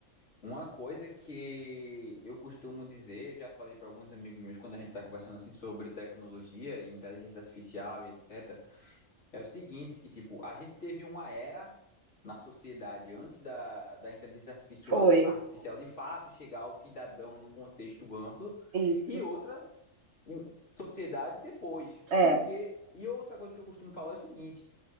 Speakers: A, on the left; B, on the right.
A: Uma coisa que eu costumo dizer, já falei para alguns amigos meus quando a gente está conversando assim sobre tecnologia e inteligência artificial e etc, é o seguinte, que tipo, a gente teve uma era na sociedade antes da, da inteligência artificial,
B: Foi.
A: artificial de fato chegar ao cidadão num contexto amplo
B: Isso.
A: e outra em sociedade depois.
B: É,
A: Porque, e outra coisa que eu costumo falar é o seguinte,